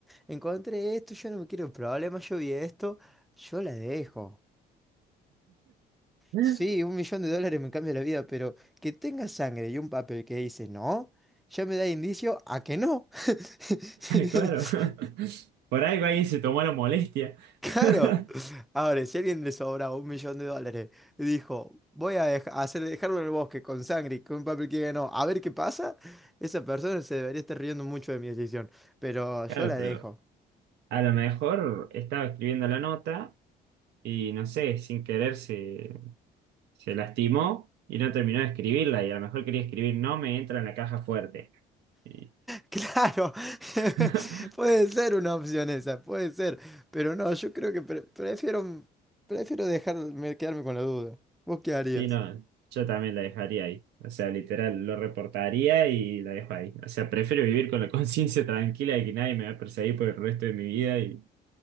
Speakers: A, in the centre; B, on the right.
A: encontré esto, yo no me quiero problemas, yo vi esto, yo la dejo.
B: <laughs>
A: Sí, un millón de dólares me cambia la vida, pero que tenga sangre y un papel que dice no, ya me da indicio a que no. <laughs>
B: Claro. Por algo alguien se tomó la molestia.
A: Claro.
B: <laughs>
A: Ahora, si a alguien le sobra un millón de dólares, dijo, voy a dej- a hacer dejarlo en el bosque con sangre y con un papel que diga no, a ver qué pasa, esa persona se debería estar riendo mucho de mi decisión, pero yo
B: Claro,
A: la
B: pero
A: dejo.
B: a lo mejor estaba escribiendo la nota y no sé, sin querer se Se lastimó y no terminó de escribirla y a lo mejor quería escribir no me entra en la caja fuerte. Y-
A: Claro, <laughs>
B: <laughs>
A: puede ser una opción esa, puede ser, pero no, yo creo que pre- prefiero, prefiero dejarme quedarme con la duda. ¿Vos qué harías?
B: Sí, no, yo también la dejaría ahí. O sea, literal, lo reportaría y la dejo ahí. O sea, prefiero vivir con la conciencia <laughs> tranquila de que nadie me va a perseguir por el resto de mi vida y,